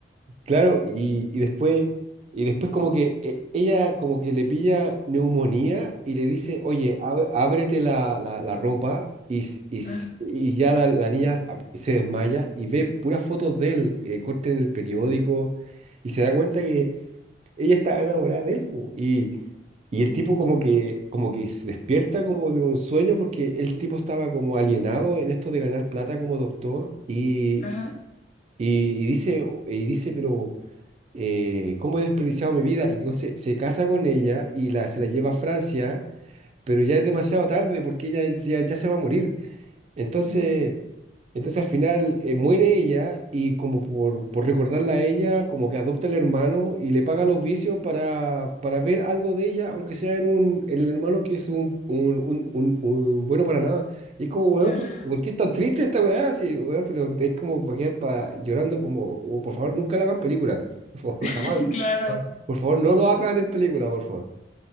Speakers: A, on the right (about 35°); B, on the left (about 40°).
A: Claro, y, y después, y después como que eh, ella como que le pilla neumonía y le dice, oye, ab- ábrete la, la- la ropa y, s- y, s-
B: Ajá.
A: y ya la, la niña ap- se desmaya y ve puras fotos de él, eh, corte en el periódico y se da cuenta que ella estaba enamorada de él. po, Y, y el tipo como que, como que se despierta como de un sueño porque el tipo estaba como alienado en esto de ganar plata como doctor y,
B: Ajá.
A: y, y dice, y dice, pero eh, ¿cómo he desperdiciado mi vida? Y entonces se casa con ella y la, se la lleva a Francia, pero ya es demasiado tarde porque ella ya, ya se va a morir. Entonces,
B: No.
A: entonces al final eh, muere ella y como por, por recordarla a ella, como que adopta al hermano y le paga los vicios para, para ver algo de ella, aunque sea en un en el hermano que es un, un, un- un- un bueno para nada. Y es como, weón,
B: Claro.
A: ¿por, por qué es tan triste esta weá? Sí, weón, pero es como para quedar pa- llorando como, "Oh, por favor, nunca la hagan película. <laughs> Por favor,
B: <laughs>
A: jamás. <laughs>
B: Claro.
A: Ja- Por favor, no lo hagan en película, por favor.